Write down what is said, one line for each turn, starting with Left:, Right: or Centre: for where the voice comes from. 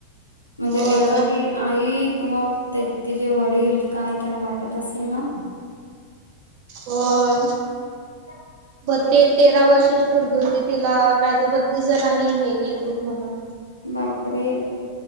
Left: म्हणजे
Right: होय
Left: एखादी आई किंवा ते तिचेे वडील काय त्यांना वाटत असेल ना?
Right: होय.
Left: ह.
Right: ब ते तेरा वर्षाची पोरगी होती तिला काय तर बत्तीस जणनी हे केलं ते म्हन.
Left: बापरे.